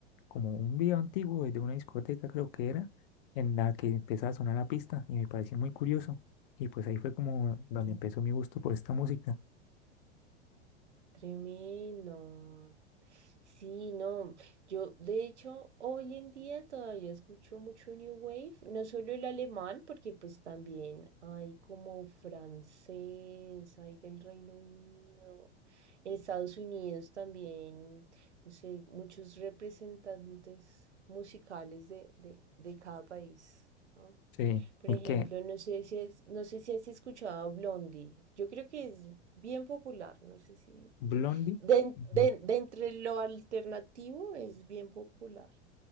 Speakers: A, on the left (about 55°); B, on the right (about 80°).
A: como un video antiguo de una discoteca creo que era, en la que empezaba a sonar la pista y me pareció muy curioso. Y pues ahí fue como donde empezó mi gusto por esta música.
B: Tremendo. Sí, no. Yo, de hecho, hoy en día todavía escucho mucho New Wave, no solo el alemán, porque pues también hay como francés, hay del Reino Unido. En Estados Unidos también, no sé, muchos representantes musicales de, de, de cada país. ¿no?
A: Sí,
B: Por
A: y
B: ejemplo,
A: que
B: no sé si has, no sé si has escuchado a Blondie. Yo creo que es bien popular. No sé si.
A: Blondie
B: De, en-
A: mm,
B: de- de entre lo alternativo es bien popular,